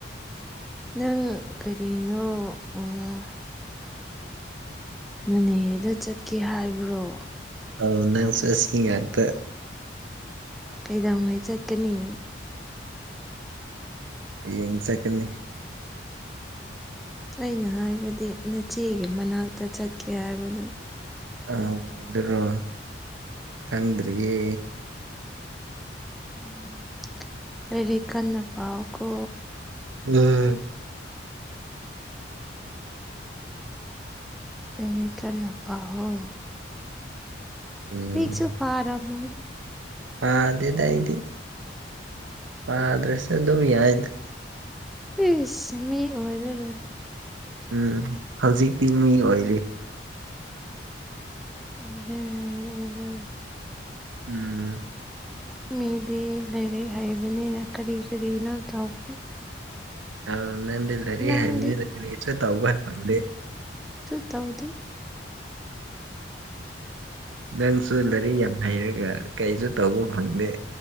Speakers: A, in the centre; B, on the right.
A: ꯅꯪ ꯀꯔꯤꯅꯣ ꯑꯣ ꯅꯅꯦꯗ ꯆꯠꯀꯦ ꯍꯥꯏꯕ꯭ꯔꯣ
B: ꯑ ꯅꯪ ꯆꯁ ꯌꯥꯥꯛꯇ
A: ꯀꯩꯗꯧꯉꯥꯏ ꯆꯠꯀꯅꯤ
B: ꯌꯦꯡ ꯆꯠꯀꯅꯤ
A: ꯑꯩꯅ ꯍꯥꯏꯕꯗꯤ ꯅꯆꯦꯒꯤ ꯃꯅꯥꯛꯇ ꯆꯠꯀꯦ ꯍꯥꯏꯕꯗꯨ
B: ꯑ ꯑꯗꯨꯔꯣ ꯈꯪꯗ꯭ꯔꯤꯌꯦ
A: ꯎꯝ ꯂꯩꯔꯤ ꯀꯟꯅ ꯄꯥꯎ ꯀꯣ
B: ꯎꯝ
A: ꯂꯩꯔ ꯀꯟꯅ ꯄꯥꯣ
B: ꯎꯝ
A: ꯁꯨ ꯄꯥꯔꯝꯣꯏ
B: ꯄꯥꯗꯦꯗ ꯑꯩꯗꯤ ꯄꯥꯗ꯭ꯔꯁꯨ ꯑꯗꯨꯝ ꯌꯥꯏꯗ
A: ꯤꯁ ꯃꯤ ꯑꯣꯏꯔ ꯑꯣꯏ
B: ꯎꯝ ꯍꯧꯖꯤꯛꯇꯤ ꯃꯤ ꯑꯣꯏꯔꯤ
A: ꯑꯣꯏꯗ ꯑꯣꯏꯗ
B: ꯎꯝ
A: ꯃꯤꯗꯤ ꯂꯩꯔꯦ ꯍꯥꯏꯕꯅꯤꯅ ꯀꯔꯤ ꯀꯔꯤꯅꯣ ꯇꯧꯈ꯭ꯔꯦ
B: ꯑ ꯅꯪꯗꯤ ꯂꯩꯔꯤꯦ
A: ꯅꯪꯗꯤ
B: ꯍꯥꯏꯕꯅꯤꯅ ꯀꯔꯤꯁꯨ ꯇꯧꯕ ꯐꯪꯗꯦ
A: ꯇꯧꯗꯤ
B: ꯅꯪꯁꯨ ꯂꯥꯏꯔꯤꯛ ꯌꯥꯝ ꯍꯩꯔꯒ ꯀꯩꯁꯨ ꯇꯧꯕ ꯐꯪꯗꯦ